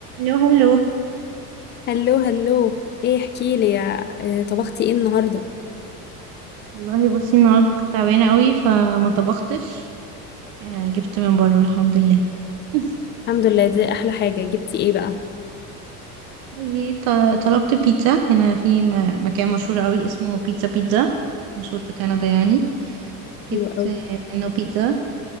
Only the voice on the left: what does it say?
هلو هلو ايه احكي لي يا آه، طبختي ايه النهارده
الحمد لله دي احلى حاجه جبتي ايه بقى
حلو قوي